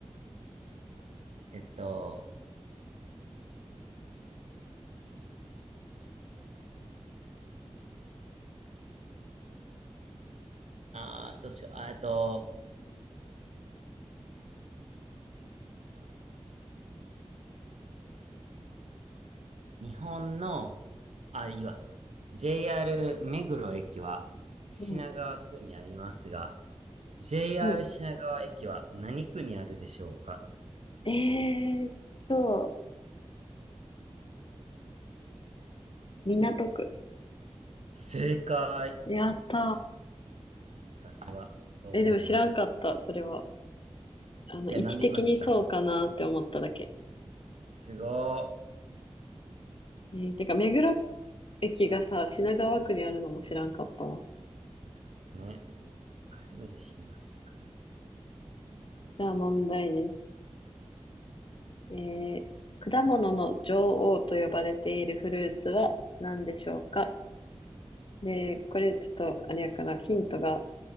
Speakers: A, on the right (about 75°); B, on the left (about 50°).
A: えっと、あー、どうしよう。あーえっと、日本の、あ、いいわ。JR 目黒駅は品川区にありますが、
B: うん。
A: JR
B: うん。
A: 品川駅は何区にあるでしょうか
B: えーっと、港区。
A: 正解。
B: やった
A: さすが、東京にな。
B: ー。え、でも知らんかった、それは。あの、
A: いや、
B: 位置的にそうかなって思っただけ。
A: なんで言いましたすご
B: えー、てか、目黒駅がさ、品川区にあるのも知らんかったわ。
A: ー。ね。初めて知りました。
B: じゃあ問題です。えー、果物の女王と呼ばれているフルーツは何でしょうかで、これちょっと、あれやから、ヒントが、